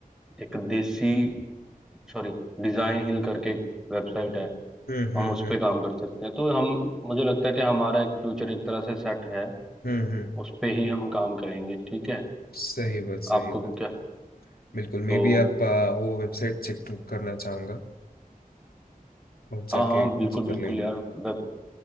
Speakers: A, in the centre; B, on the left.
A: एक देसी सॉरी डिजाइन हिल करके वेबसाइट है
B: हम्म हम्म
A: हम उस
B: हम्म,
A: पे काम कर सकते हैं तो हम मुझे लगता है कि हमारा एक फ्यूचर एक तरह से सेट है
B: हम्म, हम्म,
A: उस पे ही हम काम करेंगे ठीक है
B: सही बात सही
A: आपको
B: बात
A: क्या
B: बिल्कुल
A: तो
B: मैं भी अब अ, वो वेबसाइट चेक करना चाहूंगा और
A: हाँ
B: जाके
A: हाँ
B: कुछ
A: बिल्कुल
B: कर
A: बिल्कुल
B: लेंगे
A: यार वेब